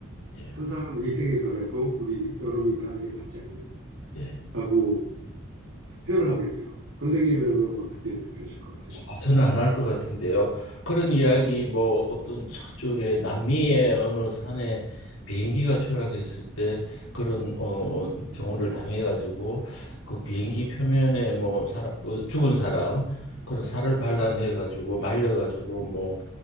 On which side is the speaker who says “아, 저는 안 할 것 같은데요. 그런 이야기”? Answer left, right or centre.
Left